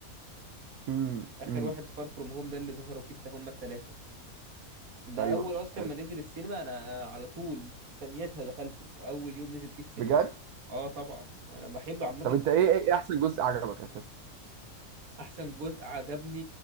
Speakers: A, on the right; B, on the right.
A: امم
B: اخر
A: امم
B: واحد فار فروم هوم ده اللي ظهروا فيه الت- هما التلاتة ده
A: ايوه
B: اول اصلا
A: أيوة.
B: ما نزل السينما انا على طول في ثانيتها دخلته اول يوم نزل فيه السينما
A: بجد
B: اه طبعا انا بحب عامة
A: طب انت
B: سبايدر
A: ايه ايه إيه احسن جزء عجبك اساسا
B: احسن جزء عجبني